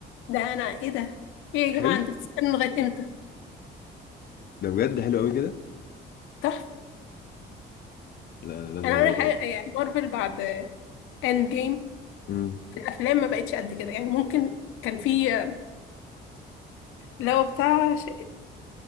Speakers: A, on the left; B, on the left.
A: ده انا ايه ده ايه يا
B: حلو
A: جماعة انتوا بتستنوا لغاية امتى
B: ده بجد حلو قوي كده
A: تحفة
B: لا انا لازم
A: انا
B: اجرب
A: اقول لك حاجة يعني مارفل بعد اند جيم
B: امم
A: في الافلام ما بقتش قد كده يعني ممكن كان في آه، اللي هو بتاع ش...